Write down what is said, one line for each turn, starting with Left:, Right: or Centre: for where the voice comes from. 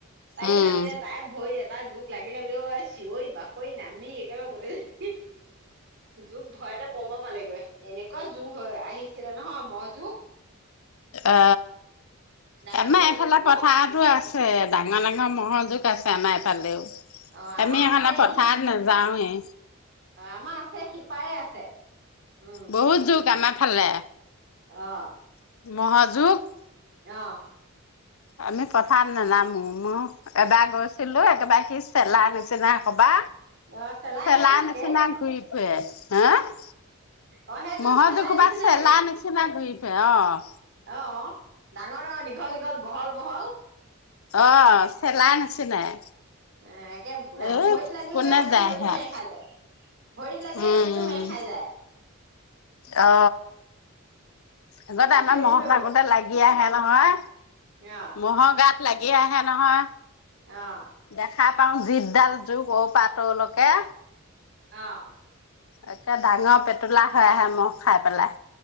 Right: তাইও
Left: উম
Right: নামিলে তাই, ভৰিত এটা জোক লাগিলে বোলেও চিঞৰি বাখৰি নামি একেবাৰে গোটেইখন, যুগ ভয়তে কব পালেগৈে এনেকুৱা যুগ হৈ আহিছিলে নহয় মজোক
Left: অ
Right: ডাঙৰ
Left: আমাৰ
Right: ডাঙৰ
Left: এইফালে
Right: জোকটো
Left: পথাৰতো আছে। আ ডাঙৰ ডাঙৰ মহ জোক আছে আমাৰ এইফালেও
Right: অ আমাৰ
Left: আমি
Right: আছে
Left: এইফালে পথাৰত,
Right: ই
Left: নাযাওঁৱে।
Right: আমাৰ আছে সিপাৰে আছে। উম
Left: বহুত জুক আমাৰ ফালে।
Right: অঁ',।
Left: <unintelligible>
Right: অঁহ'।
Left: আমি পথাৰত নেনামো, মইও এবাৰ গৈছিলো একেবাৰে সি চেলাই নিচিনা ক'বা
Right: অ চেলাই
Left: চেলা
Right: সেইটো জোকে
Left: নিচিনা ঘূৰি ফুৰে। হেঁ?
Right: অ সেইটো
Left: ম'হটো
Right: চেলাই
Left: কিবা
Right: নিচিনা
Left: চেলা নিচিনা ঘূৰি ফুৰে অঁ',।
Right: অঁ', ডাঙৰ-ডাঙৰ দীঘল-দীঘল বহল-বহল।
Left: অ', চেলা নিচিনাই।
Right: এ' একে ভৰিত
Left: এই
Right: লাগিলে
Left: কোনে
Right: যে গোটেই
Left: যায়
Right: ভৰিটো
Left: সেয়াত
Right: মেৰ খাই যায়। ভৰিত লাগিলে
Left: উম
Right: গোটেতো
Left: উম
Right: মেৰ খাই যায়।
Left: অ', আগতে
Right: এ
Left: আমাৰ
Right: চিঞৰি
Left: ম'হ
Right: মৰিব
Left: থাকোতে লাগি আহে নহয়।
Right: <inaudible>
Left: ম'হৰ গাত লাগি আহে নহয়।
Right: অঁ',।
Left: দেখা পাওঁ জিডাল জোক অৰ পৰা তৰলৈকে।
Right: অঁ',
Left: একে ডাঙৰ পেটুলা হৈ আহে ম'হ খাই পেলাই।